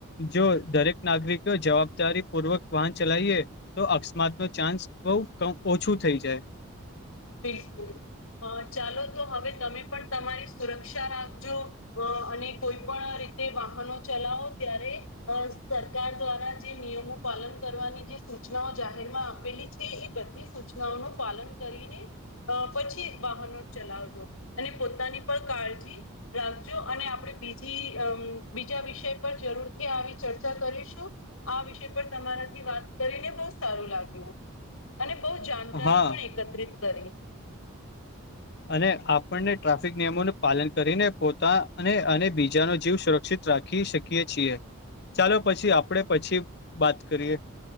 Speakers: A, on the left (about 50°); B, on the left (about 75°).
A: જો દરેક નાગરિકો જવાબદારી, પૂર્વક વાહન ચલાવીએ તો અકસ્માત નો ચાન્સ બહ ઓછું થઈ, જાય.
B: બિલકુલ અ ચાલો, તો હવે તમે પણ તમારી સુરક્ષા રાખજો અ અને કોઈ પણ રીતે વાહનો ચલાવો, ત્યારે સરકાર દ્વારા જે નિયમો પાલન કરવાની જે સૂચનાઓ જાહેર માં આપેલી છે, એ બધી સૂચનાઓનુંું પાલન કરીને અ પછી, વાહનો ચલાવજો અને પોતાની પણ કાળજી રાખજો અને આપણે, બી બીજા વિષય પર જરૂરથી આવી ચર્ચા કરીશું આ વિષય પર તમારાથી વાત કરીને, બહ સારું લાગ્યું અને બહ જાણકારી
A: હા
B: પણ એકત્રિત કરી
A: અને આપણને ટ્રાફિક નિયમોનું પાલન કરીને પોતા અને અને બીજાનો, જીવ સુરક્ષિત રાખી શકીએ છીએ, ચાલો પછી આપણેે પછી વાત કરીએ